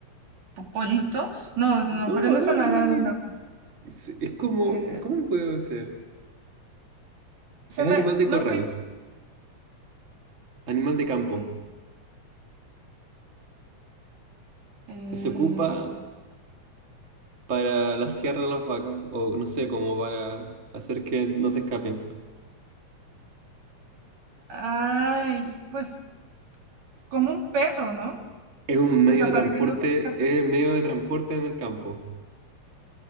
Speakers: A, on the right; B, on the right.
A: po- pollitos. No, no,
B: No,
A: no, pero no
B: no,
A: están al
B: no,
A: lado
B: güey.
A: de una.
B: Es, es como,
A: eh,
B: ¿cómo puedo ser?
A: se
B: Es
A: me,
B: animal de
A: no
B: corral,
A: sé.
B: animal de campo.
A: mm, eh,
B: Se ocupa para la sierra a las vacas, o no sé, como para hacer que no se escapen.
A: ay, pues como un perro, ¿no?
B: Es un medio
A: O sea,
B: de
A: para
B: transporte,
A: que no se escape
B: es el medio de transporte en el campo.